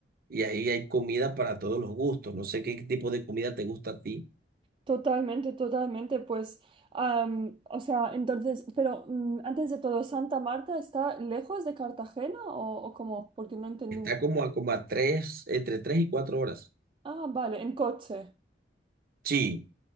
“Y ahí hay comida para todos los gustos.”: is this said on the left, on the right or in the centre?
Right